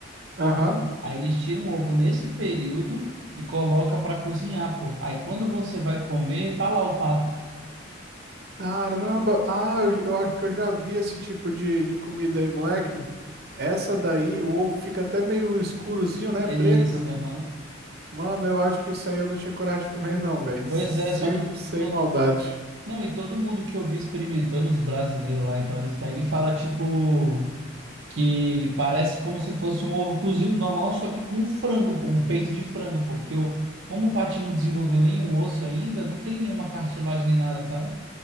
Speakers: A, on the right; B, on the right.
A: Aham.
B: Aí eles tiram o ovo nesse período e coloca para cozinhar, pô. Aí quando você vai comer, tá lá o pato.
A: Caramba. Ah, eu, eu acho que eu já vi esse tipo de, de comida aí, moleque. Essa daí, o ovo fica até meio escurozinho, né?
B: É
A: Preto.
B: isso, aham.
A: Mano, eu acho que isso aí eu não tinha coragem de comer não, velho.
B: Pois
A: Sem,
B: é, só que
A: sem
B: todo...
A: maldade.
B: Não, e todo mundo que eu vi experimentando, os brasileiros lá e tal, eles pegam e falam, tipo, que parece como se fosse um ovo cozido normal, só que com frango, pô, um peito de frango, pô. Porque eu, como o patinho não desenvolveu nenhum osso ainda, não tem nenhuma cartilagem nem nada, sabe?